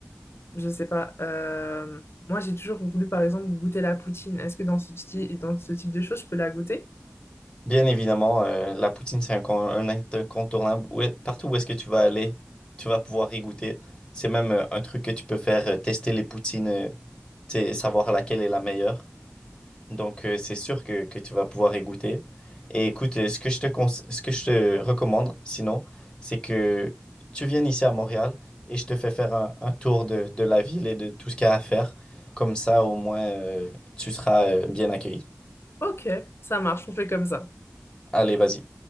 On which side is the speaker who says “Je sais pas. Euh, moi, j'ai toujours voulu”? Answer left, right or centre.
Left